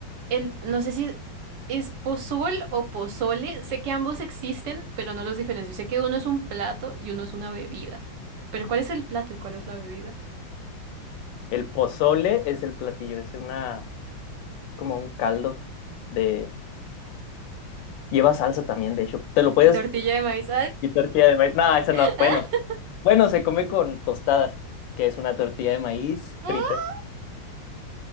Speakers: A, on the right; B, on the left.
A: El, no sé si es pozol o pozole. Sé que ambos existen, pero no los diferencio. Sé que uno es un plato y uno es una bebida. Pero ¿cuál es el plato y cuál es la bebida?
B: El pozole es el platillo, es una, como un caldo de... Lleva salsa también, de hecho. Te lo puedes...
A: Y tortilla de maíz.
B: Y tortilla de maíz. No, eso
A: <laughs>
B: no. Bueno, bueno, se come con tostadas, que es una tortilla de maíz
A: Ah,
B: frita.